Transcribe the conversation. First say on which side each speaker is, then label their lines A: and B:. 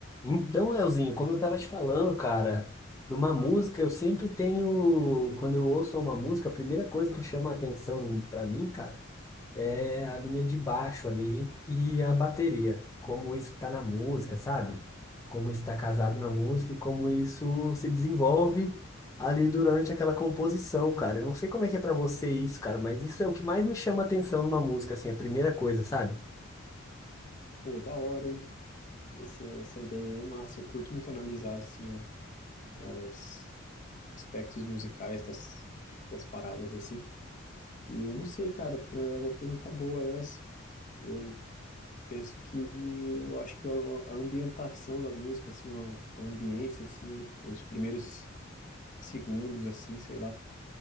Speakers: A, on the left; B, on the left.
A: Então, Leozinho, como eu tava te falando, cara, numa música eu sempre tenho, quando eu ouço uma música, a primeira coisa que chama a atenção pra mim, cara, é a linha de baixo ali e a bateria, como isso tá na música, sabe? Como isso tá casado na música e como isso se desenvolve ali durante aquela composição, cara. Eu não sei como é que é pra você isso, cara, mas isso é o que mais me chama a atenção numa música, assim, a primeira coisa, sabe?
B: Pô, da hora, hein? Esse- essa ideia aí é massa. Eu curto muito analisar, assim, o- os aspectos musicais das, das paradas, assim. E eu não sei, cara, é uma pergunta boa essa. Eu penso que, eu acho que a, a ambientação da música, assim, uma, a ambiência, assim, no- os primeiros segundos, assim, sei lá.